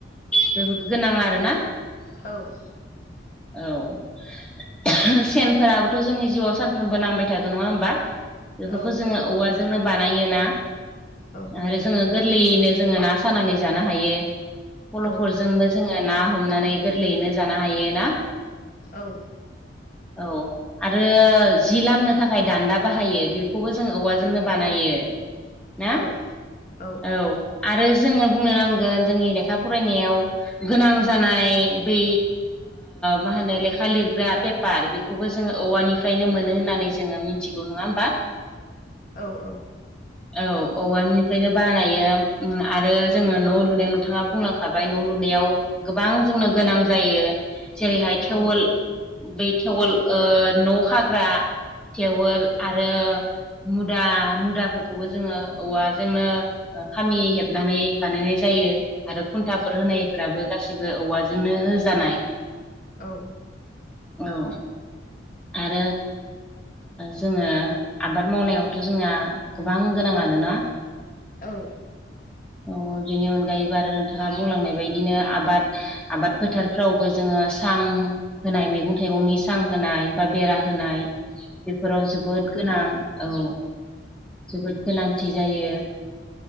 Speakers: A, in the centre; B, on the left.
A: बेफोरखौ गोनां आरोना।
B: औ
A: औ सेनफोराबोथ' जोंनि जिउआव सानफ्रोमबो नांबाय थागो नङा होमबा बेफोरखौ
B: औ
A: जोङो औवाजोंनो बानायोना
B: औ
A: आरो जोङो गोरलैयैनो जोङो ना सानानै जानो हायो फल'फोरजोंबो
B: औ
A: जोङो ना हमनानै गोरलैयैनो जानो हायो ना
B: औ।
A: औ। आरो जि लामनो थाखाय दान्दा बाहायो बेखौबो जों औवाजोंनो बानायो ना
B: औ औ
A: औ आरो जोङो बुंनो नांगोन जोंनि लेखा फरायनायाव गोनां जानाय बै मा होनो लेखा लिरग्रा पेपार बेखौबो जोङो औवानिफ्रायनो मोनो होननानै जोङो मिथि मिथिग नङा होमबा
B: औ औ
A: औ औवानि बेखायनो बानायो आरो जोङो न' लुनायाव नोंथाङा बुंलांखाबाय न' लुनायाव गोबां जोंनो गोनां जायो जेरैहाय
B: औ
A: थेवोल बे थेवल न' हाग्रा एवोल आरो मुदा मुदाफोरखौबो जोङो औवाजोंनो खामि हेबनानै बानायनाय जायो आरो खुन्थाफोर होनायफ्राबो गासिबो औवाजोंनो होजानाय
B: औ
A: औ आरो जोङो आबाद मावनायावथ' जोंना गोबां गोनां आनोना
B: औ
A: अ बेनि अनगायैबो आरो नोंथाङा बुंलांनाय बायदिनो आबाद आबाद फोथारफ्रावबो जोङो सां होनाय मैगं थाइगंनि सां होनाय बा बेरा होनाय बेफोराव जोबोद गोनां औ जोबोद गोनांथि जायो